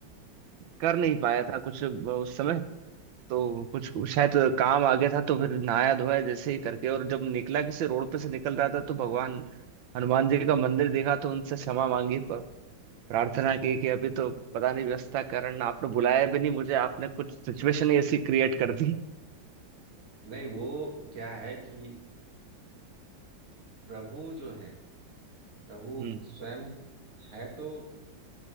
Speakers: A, on the right; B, on the right.
A: कर नहीं पाया था कुछ उस समय तो कुछ
B: जी
A: शायद काम आ गया था तो फिर नहाया धोया जैसे ही करके और जब निकला किसी रोड पे से निकल रहा था तो भगवान हनुमान जी का मंदिर देखा तो उनसे क्षमा मांगी प- प्रार्थना की कि अभी तो पता नहीं व्यस्तता के कारण आपने बुलाया भी नहीं मुझे आपने कुछ सिचुएशन ही ऐसी क्रिएट कर दी
B: नहीं वो क्या है कि प्रभु जो है प्रभु
A: हम्म
B: स्वयं है तो